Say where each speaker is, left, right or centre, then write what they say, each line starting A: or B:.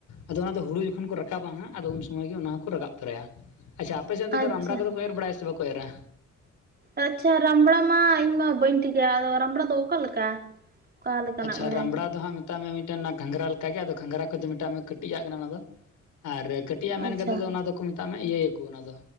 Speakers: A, on the left; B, on the right.
A: ᱟᱫᱚ ᱚᱱᱟ ᱫᱚ ᱦᱩᱲᱩ ᱡᱚᱠᱷᱚᱱ ᱠᱚ ᱨᱟᱠᱟᱵᱟ ᱦᱟᱸᱜ ᱟᱫᱚ ᱩᱱ ᱥᱳᱢᱳᱭ ᱜᱮ ᱚᱱᱟ ᱦᱚᱸᱠᱚ ᱨᱟᱠᱟᱵ ᱛᱚᱨᱟᱭ-ᱟ, ᱟᱪᱪᱷᱟ ᱯᱮᱥᱮ ᱫᱚ <unintelligible>
B: ᱟᱪᱪᱷᱟ
A: ᱨᱟᱢᱲᱟ ᱠᱚᱫᱚᱠᱚ ᱮᱨ ᱵᱟᱲᱟᱭᱟ, ᱥᱮ ᱵᱟᱠᱚ ᱮᱨᱟ?
B: ᱟᱪᱪᱷᱟ ᱨᱟᱢᱵᱽᱲᱟ ᱢᱟ ᱤᱧ ᱢᱟ ᱵᱟᱹᱧ ᱴᱷᱤᱠᱟᱹᱭ-ᱟ, ᱟᱫᱚ ᱨᱟᱢᱵᱽᱲᱟ ᱫᱚ ᱚᱠᱟ ᱞᱮᱠᱟ? ᱚᱠᱟ ᱞᱮᱠᱟᱱᱟᱜ
A: ᱟᱪᱪᱷᱟ
B: ᱢᱟᱱᱮ
A: ᱨᱟᱢᱵᱽᱲᱟ ᱫᱚ ᱦᱟᱸᱜ ᱢᱮᱛᱟᱜ ᱢᱮ ᱢᱤᱫ ᱴᱮᱱ ᱚᱱᱟ ᱜᱷᱟᱸᱜᱽᱨᱟ ᱞᱮᱠᱟᱜᱮ ᱟᱫᱚ ᱜᱷᱟᱸᱜᱽᱨᱟ ᱠᱷᱚᱡ ᱫᱚ ᱢᱮᱛᱟᱜ ᱢᱮ ᱠᱟᱹᱴᱤᱡ ᱟᱜ ᱠᱟᱱᱟ ᱚᱱᱟ ᱫᱚ᱾ ᱟᱨ ᱠᱟᱹᱴᱤᱡ ᱟᱜ ᱢᱮᱱ
B: ᱟᱪᱪᱷᱟ
A: ᱠᱟᱛᱮᱫ ᱫᱚ ᱚᱱᱟ ᱫᱚᱠᱚ ᱢᱮᱛᱟᱜ ᱢᱮ ᱤᱭᱟᱹᱭᱟᱠᱚ ᱚᱱᱟ ᱫᱚ